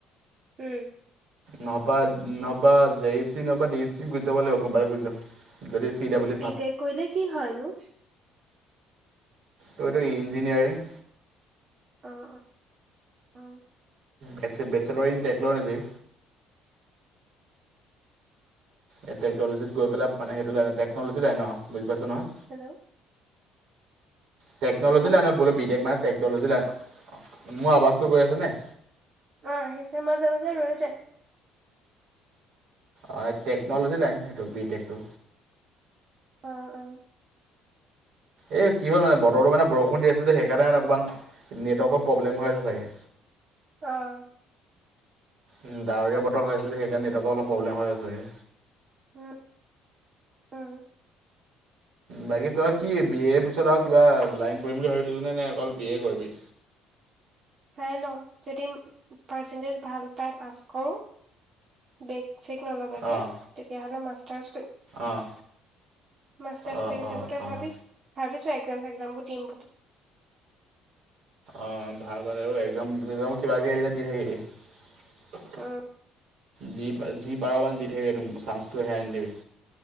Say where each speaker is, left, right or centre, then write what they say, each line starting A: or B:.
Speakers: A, on the right (about 50°); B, on the right (about 70°).
A: উম
B: নহপা, নহবা জে ই চি নহবা ডে ই চিত গুচি যাব লাগিব, কোনোবা এটাত গুচি যাম। যদি চি ডাব্লিউ
A: বিটেক কৰিলে কি হয় নো?
B: তোৰ এইটো ইঞ্জিনিয়াৰিং
A: অঁ অঁ অঁ
B: বেচে বেচেলৰ ইন টেকন'লজি? এই টেকনলজিত গৈ পেলাই মানে, সেইটো লাইনত টেকনলজি লাইনৰ আৰু বুজি পাইছ নহয়।
A: হেল্ল
B: টেকন'লজী
A: হেল্ল'
B: লাইনত বোলো বিটেক মানে টেকন'লজি লাইন, মোৰ আৱাজটো গৈ আছেন নাই?
A: অঁ, আহিছে মাজে মাজে ৰৈ যায়।
B: অঁ এই টেকন'লজি লাইন, সেইটো বি টেকটো।
A: অ অ
B: এ, কি হ'ল মানে বতৰটো মানে বৰষুণ দি আছে যে সেইকাৰণে মানে অকণমান নেটৱৰ্কৰ প্ৰব্লেম হৈ আছে চাগে।
A: অহঁ
B: উম, ডাৱৰীয়া বতৰ হৈ আছিল, সেইকাৰণে নেটৱৰ্কৰ অলপ প্ৰব্লেম্ হৈ আছে চাগে।
A: উম উম
B: বাকী তই কি বি এৰ পিছত আৰু কিবা লাইন পঢ়িম বুলি ভাবি থৈছ নে, অকল বি এ কৰিবি?
A: চাই লওঁ যদি পাৰ্চেণ্টেজ ভাল পায় পাছ কৰোঁ, বেগ চেক নলগাকে
B: অঁ
A: তেতিয়া হ'লে মাষ্টাৰ্চ কৰিম।
B: অঁ
A: মাষ্টাৰছ
B: অঁ
A: কৰি
B: অঁ
A: থাকোতে
B: অঁ
A: ভাবিছোঁ ভাবিছোঁ একজাম চেগজামবোৰ দিম বুলি।
B: অঁ ভাল দৰে আৰু এক্জাম চেকজামবোৰ কিবা কিবি আহিলে দি থাকিবি।
A: উম
B: যি পা যি পাৰ মানে দি থাকিবি একদম চান্সটো হেৰাই নিদিবি।